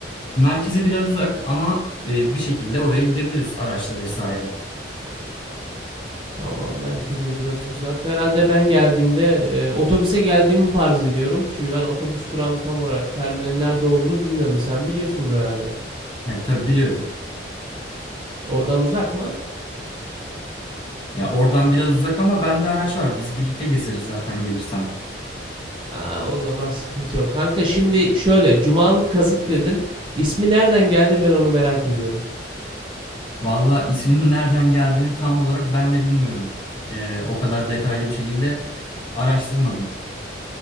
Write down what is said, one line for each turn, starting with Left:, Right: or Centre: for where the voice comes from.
Left: Merkezi biraz uzak ama e, bir şekilde oraya gidebiliriz araçla vesaire.
Right: Tamam, merkeze biraz uzak. Herhalde ben geldiğimde e, otobüse geldiğimi farz ediyorum. Şimdi ben otobüs durağının tam olarak terminalin nerede olduğunu bilmiyorum. Sen biliyorsundur herhalde.
Left: Yani tabii biliyorum.
Right: Oradan uzak mı?
Left: Ya oradan biraz uzak ama bende araç var. Biz birlikte gezeriz zaten gelirsen.
Right: Aa, o zaman sıkıntı yok. Kanka şimdi şöyle, Cumalık Kazık dedin. İsmi nereden geldi ben onu merak ediyorum.
Left: Valla isminin nereden geldiğini tam olarak ben de bilmiyorum. Ee, o kadar detaylı bir şekilde araştırmadım.